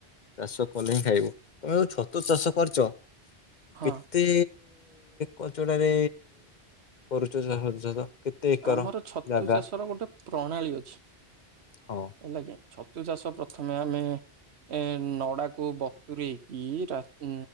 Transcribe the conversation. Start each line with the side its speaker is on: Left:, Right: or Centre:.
Left: ଚାଷ କଲେ ହିଁ ଖାଇବୁ। ତମେ ଛତୁ ଚାଷ କରିଛ
Right: ହଁ
Left: କେତେ କଚଡାରେ କରୁଛୁ <unintelligible> କେତେ ଏକର
Right: ଆମର ଛତୁ
Left: ଜାଗା।
Right: ଚାଷର ଗୋଟେ ପ୍ରଣାଳୀ ଅଛି।
Left: ହଁ।
Right: ହେଲାଗି, ଛତୁ ଚାଷ ପ୍ରଥମେ ଆମେ ଏ ନଡ଼ାକୁ ବତୁରେଇକି ରାତ